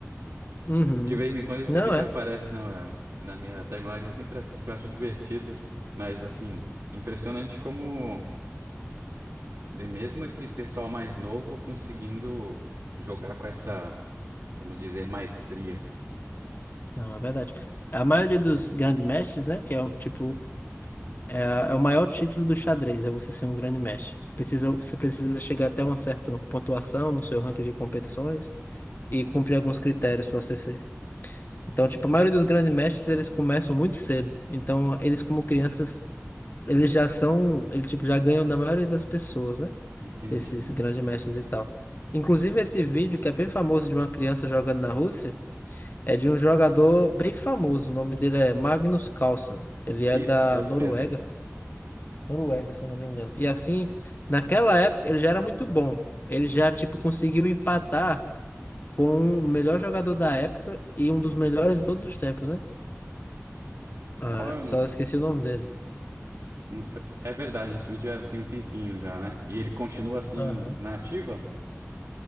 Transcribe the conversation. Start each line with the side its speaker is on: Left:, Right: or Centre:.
Left: Uhum.
Right: De vez em quando esse
Left: Não
Right: vídeo
Left: é.
Right: aparece na, na minha timeline, eu sempre assisto, que eu acho divertido. Mas, assim, impressionante como ver mesmo esse pessoal mais novo conseguindo jogar com essa, vamos dizer, maestria.
Left: Não, é verdade. A maioria dos grandes mestres, né, que é, um, tipo, É, é o maior título do xadrez, é você ser um grande mestre. Precisa, você precisa chegar até uma certa pontuação no seu ranking de competições e cumprir alguns critérios para você ser. Então, tipo, a maioria dos grandes mestres, eles começam muito cedo. Então, eles como crianças, eles já são, eles tipo, já ganham da maioria das pessoas, né?
Right: Entendi.
Left: Esses grandes mestres e tal. Inclusive, esse vídeo, que é bem famoso de uma criança jogando na Rússia, é de um jogador bem famoso. O nome dele é Magnus Carlsen. Ele é
Right: Isso,
Left: da
Right: ele
Left: Noruega.
Right: mesmo.
Left: Noruega, se eu não me engano. E assim, naquela época ele já era muito bom. Ele já, tipo, conseguiu empatar com o melhor jogador da época e um dos melhores de todos os tempos, né? Ah,
Right: Ó, eu
Left: só
Right: não,
Left: esqueci o nome dele.
Right: não sei. É verdade, esse vídeo já tem um tempinho já, né? E ele continua assim,
Left: Aham.
Right: na ativa?